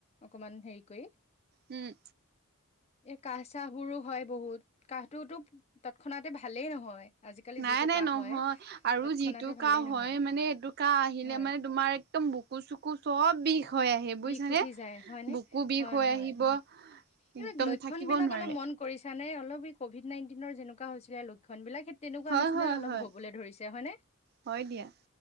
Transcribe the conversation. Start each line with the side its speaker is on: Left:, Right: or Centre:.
Left: অকমান হেৰি কৰি
Right: উম।
Left: এহ কাহ-চাহ বোৰো হয় বহুত। কাহটোতো তৎক্ষণাতে ভালেই নহয়। আজিকালি
Right: নাই
Left: যিটো
Right: নাই
Left: কাহ
Right: নহয়।
Left: হয়
Right: আৰু
Left: তৎক্ষণাতে
Right: যিটো
Left: ভালেই
Right: কাহ
Left: নহয়
Right: হয় মানে এইটো কাহ আহিলে
Left: হয়
Right: মানে তোমাৰ একদম বুকু-চুকু চব বিষ হৈ আহে বুজিছানে
Left: বিষ উঠি যায়, হয় নে?
Right: বুকু বিষ
Left: হয়
Right: হৈ
Left: হয়।
Right: আহিব
Left: এইবিলাক
Right: একদম
Left: লক্ষণ
Right: থাকিব
Left: বিলাক
Right: নোৱাৰে
Left: অলপ মন কৰিছা নে অলপ এই কভিড নাইনটিনৰ যেনেকুৱা হৈছিলে লক্ষণ বিলাক সেই তেনেকুৱা
Right: হয়
Left: নিচিনায়ে
Right: হয়
Left: অলপ
Right: হয়
Left: হবলে ধৰিছে, হয়নে?
Right: হয় দিয়া